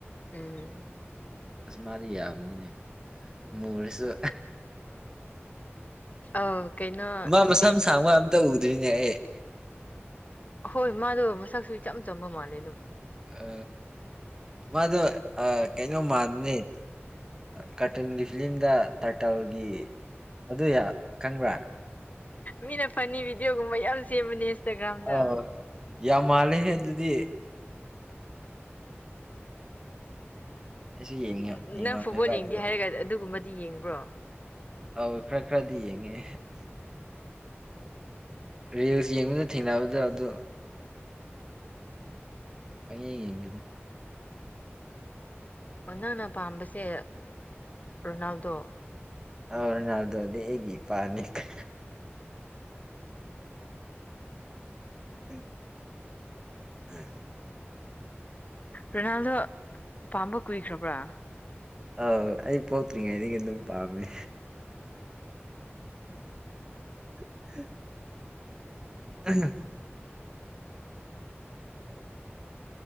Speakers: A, on the left; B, on the right.
A: ꯎꯝ
B: ꯑꯁ ꯃꯥꯗꯤ ꯌꯥꯝꯕꯅꯤꯅꯦ ꯃꯨꯔꯁꯨ
A: ꯑ ꯀꯩꯅꯣ
B: ꯃꯥ
A: ꯏꯁꯄꯦꯟ
B: ꯃꯁꯥ ꯃ ꯁꯥꯡꯕ ꯑꯝꯇ ꯎꯗ꯭ꯔꯤꯅꯦ ꯑꯩ
A: ꯍꯣꯏ ꯃꯥꯗꯣ ꯃꯁꯛꯁꯨ ꯏꯆꯝ ꯆꯝꯕ ꯃꯥꯜꯂꯦ ꯑꯗꯨꯝ
B: ꯑ ꯃꯥꯗꯣ ꯀꯩꯅꯣ ꯃꯥꯟꯕꯅꯦ ꯀꯔꯇꯟꯒꯤ ꯐꯤꯂꯝꯗ ꯇꯔꯇꯥꯜꯒꯤ ꯑꯗꯨ ꯈꯪꯕ꯭ꯔꯥ
A: ꯃꯤꯅ ꯐꯅꯤ ꯚꯤꯗꯤꯑꯣꯒꯨꯝꯕ ꯌꯥꯝ ꯁꯦꯝꯕꯅꯦ ꯏꯟꯁꯇꯥꯒ꯭ꯔꯥꯝꯗ
B: ꯑ ꯌꯥꯝ ꯃꯥꯜꯂꯦꯦ ꯑꯗꯨꯗꯤ ꯑꯩꯁꯨ ꯌꯦꯡꯉ
A: ꯎ
B: ꯌꯦꯡꯉꯝꯃꯦꯕ
A: ꯅꯪ ꯐꯨꯠꯕꯣꯜ ꯌꯦꯡꯗꯦ
B: ꯑꯗꯨ
A: ꯍꯥꯏꯔꯒ ꯑꯗꯨꯒꯨꯝꯕꯗꯤ ꯌꯦꯡꯕ꯭ꯔꯣ
B: ꯑꯧ ꯈꯔ ꯈꯔꯗꯤ ꯌꯦꯡꯉꯦ ꯔꯤꯜꯁ ꯌꯦꯡꯕꯗ ꯊꯦꯡꯅꯕꯗ ꯑꯗꯨ ꯄꯦ ꯌꯦꯡꯒꯦꯗ
A: ꯅꯪꯅ ꯄꯥꯝꯕꯁꯦ ꯔꯣꯅꯥꯜꯗꯣ
B: ꯇꯧꯔꯤꯅꯥꯜꯗꯣꯗꯤ ꯑꯩꯒꯤ ꯏꯄꯥꯅꯤ ꯀ ꯎꯝ ꯎꯝ
A: ꯔꯣꯅꯥꯜꯗꯣ ꯄꯥꯝꯕ ꯀꯨꯏꯈ꯭ꯔꯕ꯭ꯔꯥ
B: ꯑꯥꯎ ꯑꯩ ꯄꯣꯛꯇ꯭ꯔꯤꯉꯩꯗꯒꯤ ꯑꯗꯨꯝ ꯄꯥꯝꯃꯤ <unintelligible> ꯎ